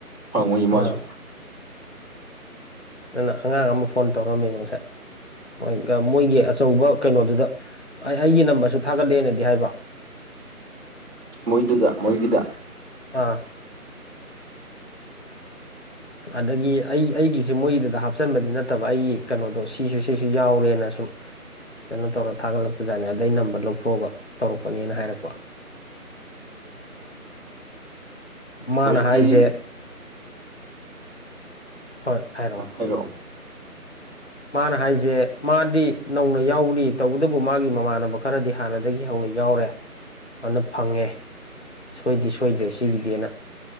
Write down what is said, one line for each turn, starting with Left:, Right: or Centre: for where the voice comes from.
Right: ꯐꯪꯉꯣꯏ
Left: ꯑꯥ
Right: ꯃꯥꯁꯨ
Left: ꯅꯅ ꯑꯉꯥꯡ ꯑꯃ ꯐꯣꯟ ꯇꯧꯔꯝꯃꯦꯕ ꯉꯁꯥꯏꯣꯏ ꯃꯣꯏꯒꯤ ꯑꯆꯧꯕ ꯀꯩꯅꯣꯗꯨꯗ ꯑꯩ ꯑꯩꯒꯤ ꯅꯝꯕꯔꯁꯨ ꯊꯥꯒꯠꯂꯦꯅꯗꯤ ꯍꯥꯏꯕ
Right: ꯃꯣꯏꯗꯨꯗ ꯃꯣꯏꯒꯤꯗ
Left: ꯑꯥ ꯑꯗꯒꯤ ꯑꯩ ꯑꯩꯒꯤꯁꯦ ꯃꯣꯏꯒꯤꯗꯨꯗ ꯍꯥꯞꯆꯤꯟꯕꯗꯤ ꯅꯠꯇꯕ ꯑꯩꯒꯤ ꯀꯩꯅꯣꯗꯣ ꯁꯤꯁꯨ ꯁꯤꯁꯨ ꯌꯥꯎꯔꯦꯅ ꯁꯨꯝ ꯀꯩꯅꯣ ꯇꯧꯔ ꯊꯥꯒꯠꯂꯛꯄꯖꯥꯠ ꯑꯗꯩ ꯅꯝꯕꯔ ꯂꯧꯊꯣꯛꯑꯒ ꯇꯧꯔꯛꯄꯅꯦꯅ ꯍꯥꯏꯔꯛꯄ ꯃꯥꯅ
Right: ꯃꯣꯏꯒꯤ
Left: ꯍꯥꯏꯔꯤꯁꯦ ꯍꯣꯏ ꯍꯥꯏꯔꯛꯑꯣ
Right: ꯍꯥꯏꯔꯣ
Left: ꯃꯥꯅ ꯍꯥꯏꯁꯦ ꯃꯥꯗꯤ ꯅꯧꯅ ꯌꯥꯎꯅꯤ ꯇꯧꯕꯇꯕꯨ ꯃꯥꯒꯤ ꯃꯃꯥꯟꯅꯕ ꯈꯔꯗꯤ ꯍꯥꯟꯅꯗꯒꯤ ꯍꯧꯅ ꯌꯥꯎꯔꯦ ꯑꯗꯨꯅ ꯐꯪꯉꯦ ꯁꯣꯏꯗꯤ ꯁꯣꯏꯗ꯭ꯔꯦ ꯁꯤꯒꯤꯗꯅ